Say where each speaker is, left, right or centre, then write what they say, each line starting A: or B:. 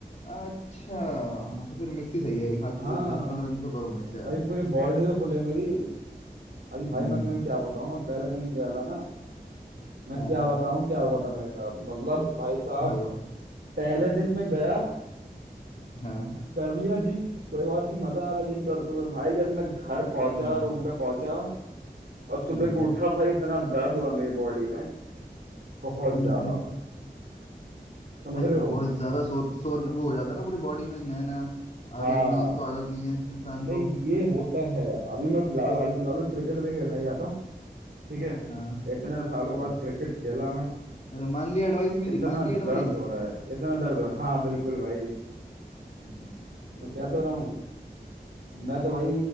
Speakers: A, on the left (about 45°); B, on the right (about 75°).
A: अच्छा हाँ तो फिर मिक्स ही सही है एक हाथ
B: हाँ
A: एक दस पंद्रह दिन तो करो मिक्स यार
B: भाई पूरी बॉडी तो खुले मेरी अभी भाई
A: हम्म
B: मैं तुम्हें क्या बताऊँ मैं पहले दिन गया था ना मैं
A: हाँ
B: क्या बताऊँ क्या हुआ था मेरे साथ मतलब भाई साहब
A: क्या हुआ
B: पहले दिन मैं गया
A: हाँ
B: कर लिया जिम कोई बात नहीं मजा आ रहा है जिम करते हुए भाई जब मैं घर पहुंचा
A: हाँ
B: रूम पे पहुंचा और सुबह
A: हाँ
B: को उठा भाई इतना दर्द हुआ मेरी बॉडी में बहुत
A: <laughs>
B: ज्यादा
A: अरे
B: समझ
A: भाई
B: रहे हो
A: बहुत ज्यादा शोर शोर वो हो जाता है ना पूरी बॉडी में नया नया
B: हाँ
A: आदत नहीं है एक तो आदत नहीं है इंसान
B: नहीं
A: को
B: ये होता है अभी मैं फिलहाल हाल फिलहाल में क्रिकेट भी खेलने गया था ठीक है
A: हाँ
B: इतने सालों बाद
A: हाँ
B: क्रिकेट खेला मैं
A: अरे मान ली एडवाइस मेरी
B: इतना
A: मान ली एडवाइस
B: दर्द हो रहा है इतना दर्द हो रहा है हाँ बिल्कुल भाई
A: हम्म, चलो
B: मैं कह
A: बढ़िया
B: तो रहा हूँ मैं तो भाई